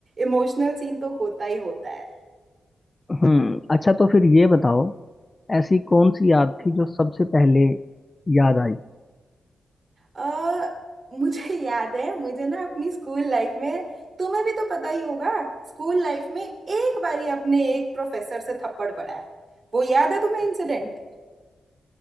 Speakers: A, on the right; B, on the left.
A: इमोशनल सीन तो होता ही होता है
B: हम्म <laughs> अच्छा तो फिर ये बताओ ऐसी कौन सी याद थी जो सबसे पहले याद आई
A: अ मुझे <laughs> याद है मुझे ना अपनी स्कूल लाइफ में तुम्हें भी तो पता ही होगा स्कूल लाइफ में एक बारी अपने एक प्रोफेसर से थप्पड़ पड़ा है वो याद है तुम्हें इंसिडेंट